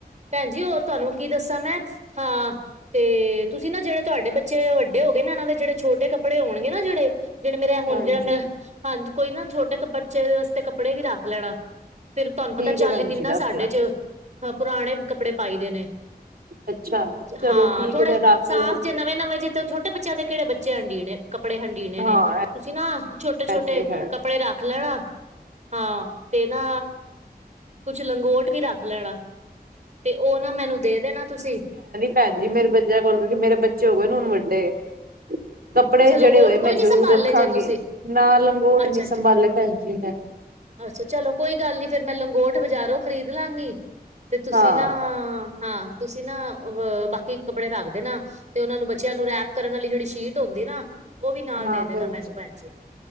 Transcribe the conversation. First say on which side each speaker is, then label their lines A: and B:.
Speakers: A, on the right; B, on the right.
A: ਭੈਨ ਜੀ ਹੋਰ ਤੁਹਾਨੂੰ ਕੀ ਦੱਸਾ ਮੈਂ, ਹਾਂ। ਤੇ, ਤੁਸੀ ਨਾ ਜਿਹੜੇ ਤੁਹਾਡੇ ਬੱਚੇ ਵੱਡੇ ਹੋ ਗਏ ਨਾ, ਇਹਨਾਂ ਦੇ ਜਿਹੜੇ ਛੋਟੇ ਕੱਪੜੇ ਹੋਣਗੇ ਨਾ ਜਿਹੜੇ ਜਿਹੜੇ ਮੇਰਾ ਹੁਣ
B: ਹਾਂਜੀ
A: ਜਿਹੜਾ ਮੇਰਾ, ਹਾਂਜੀ ਕੋਈ ਨਾ, ਛੋਟੇ ਕਪ ਬੱਚੇ ਵਾਸਤੇ ਕੱਪੜੇ ਵੀ ਰੱਖ ਲੈਣਾ। ਫਿਰ ਤੁਹਾਨੂੰ
B: ਠੀਕ
A: ਪਤਾ ਚਾਲੀ
B: ਹੈ ਭੈਣ
A: ਦਿਨ
B: ਜੀ
A: ਨਾ
B: ਰੱਖ
A: ਸਾਡੇ
B: ਲਾ
A: 'ਚ, ਪੁਰਾਣੇ ਕੱਪੜੇ ਪਾਈ ਦੇ ਨੇ।
B: ਅੱਛਾ ਚਲੋ
A: ਹਾਂ,
B: ਠੀਕ
A: ਥੋੜੇ
B: ਹੈ ਮੈਂ ਰੱਖ
A: ਸਾਫ਼
B: ਲਾ
A: ਜੇ ਨਵੇਂ-ਨਵੇਂ ਜੇ 'ਤੇ ਛੋਟੇ ਬੱਚਿਆਂ ਦੇ ਕਿਹੜੇ ਬੱਚੇ ਹੰਡੀਣੇ? ਕੱਪੜੇ ਹੰਡੀਣੇ ਨੇ,
B: ਹਾਂ
A: ਤੁਸੀਂ ਨਾ ਛੋਟੇ-ਛੋਟੇ
B: ਇਹ ਤੇ ਹੈ
A: ਕੱਪੜੇ ਰੱਖ ਲੈਣਾ। ਹਾਂ, ਤੇ ਨਾ ਕੁਛ ਲੰਗੋਟ ਵੀ ਰੱਖ ਲੈਣਾ। 'ਤੇ ਉਹ ਨਾ ਮੈਨੂੰ ਦੇ ਦੇਣਾ ਤੁਸੀਂ।
B: ਭੈਨਜੀ, ਮੇਰੇ ਬੱਚਿਆਂ ਕੋਲ, ਮੇਰੇ ਬੱਚੇ ਹੋ ਗਏ ਨੇ ਹੁਣ ਵੱਡੇ। ਕੱਪੜੇ
A: ਅੱਛਾ
B: ਜਿਹੜੇ
A: ਲੰਗੋਟ
B: ਹੋਏ ਮੈਂ
A: ਕੋਈ
B: ਜ਼ਰੂਰ
A: ਨੀ ਸੰਭਾਲੇ
B: ਰੱਖਾਂਗੀ,
A: ਜੇ ਤੁਸੀਂ
B: ਨਾ ਲੰਗੋਟ
A: ਅੱਛਾ
B: ਨੀ ਸੰਭਾਲੇ ਭੈਣ ਜੀ, ਮੈਂ।
A: ਅੱਛਾ, ਚਲੋ ਕੋਈ ਗੱਲ ਨੀ ਫੇਰ ਮੈਂ ਲੰਗੋਟ ਬਜ਼ਾਰੋਂ ਖਰੀਦ ਲਾਂਗੀ। 'ਤੇ ਤੁਸੀਂ
B: ਹਾਂ
A: ਨਾ, ਹਾਂ। ਤੁਸੀਂ ਨਾ, ਅ ਬਾਕੀ ਕੱਪੜੇ ਰੱਖ ਦੇਨਾ, ਤੇ ਉਨ੍ਹਾਂ ਨੂੰ ਬੱਚਿਆਂ ਨੂੰ ਰੈਪ ਕਰਨ ਵਾਲੀ ਜਿਹੜੀ ਸ਼ੀਟ ਹੁੰਦੀ ਨਾ, ਉਹ ਵੀ ਨਾਲ
B: ਹਾਂ
A: ਦੇ ਦੇਣਾ
B: ਭੈਣ
A: ਮੈਨੂੰ ਭੈਨ ਜੀ।